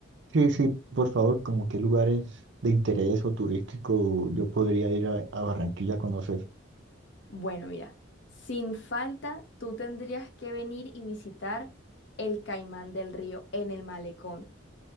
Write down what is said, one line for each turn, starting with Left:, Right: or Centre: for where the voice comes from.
Right: Sí, sí, por favor, como qué lugares de interés o turístico yo podría ir a, a Barranquilla a conocer.
Left: Bueno, mira, sin falta, tú tendrías que venir y visitar el Caimán del Río en el malecón.